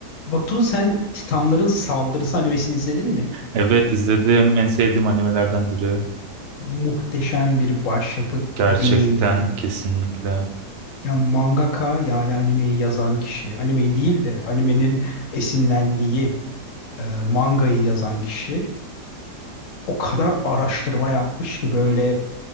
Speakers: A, on the left; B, on the right.
A: Batu sen Titanların Saldırısı animesini izledin mi?
B: Evet izledim. En sevdiğim animelerden biri.
A: Muhteşem bir başyapıt
B: Gerçekten
A: değil mi?
B: kesinlikle.
A: Ya mangaka yani animeyi yazan kişi, animeyi değil de animenin esinlendiği e, mangayı yazan kişi o kadar araştırma yapmış ki böyle